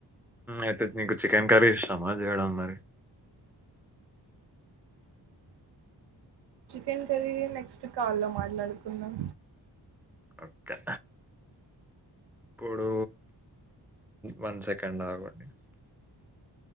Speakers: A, in the centre; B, on the right (about 65°).
A: అయితే నీకు చికెన్ కర్రీ ఇష్టామా చేయడం మరి <inaudible>
B: చికెన్ కర్రీ నెక్స్ట్ కాల్ లో మాట్లాడుకుందాం
A: ఓకే ఇప్పుడు వన్ సెకండ్ ఆగండి